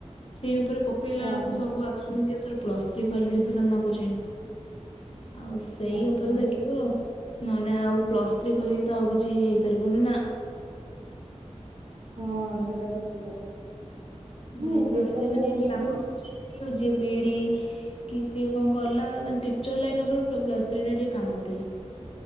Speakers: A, on the left; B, on the right.
A: ସେଇ ଉପରେ ପ ପକେଇଲା
B: ହଁ
A: ବେଳକୁ
B: ହଁ
A: ସବୁ ଆସୁନି କି ଏଥର ପ୍ଲସ ଥ୍ରୀ କ୍ୱାଲିଫିକେସନ ମାଗୁଛି। ଆଉ ସେଇ
B: ଆଜ୍ଞା।
A: ଉପରେ ଦେଖିବ, ନନେ ଆଉ ପ୍ଲସ ଥ୍ରି କରିକି ତ ଆଉ କିଛି ହେଇପାରିବନି ନା।
B: ହଁ ସେଇଟା ବି ଠିକ୍ କଥା। ହଁ
A: ଯିଏ
B: ଏବେ
A: ପ୍ଲସ
B: ସବୁ
A: ଥ୍ରି ମାନେ
B: ଓଡିଆରେ
A: କାମ
B: ବି
A: ଦଉଛି କି ଯିଏ ବି ଇ ଡି କି କିଏ କଣ କଲା। ମାନେ ଟିଚର ଲାଇନ ଉପରେ ପ୍ଲସ୍ ଥ୍ରୀ ଟା ଟିକେ କାମ ଦିଏ।